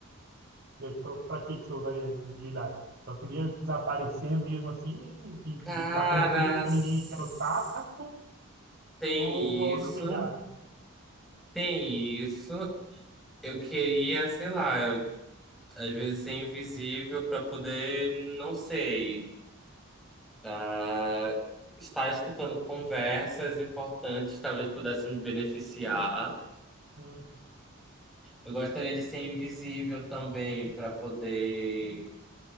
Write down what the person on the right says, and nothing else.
E aí, pra, pra que que você usaria a invisibilidade? Você Só queria desaparecer mesmo assim e, e
ficar tranquilo sem
ninguém encher o saco
ou uma outra
pegada?
Sim.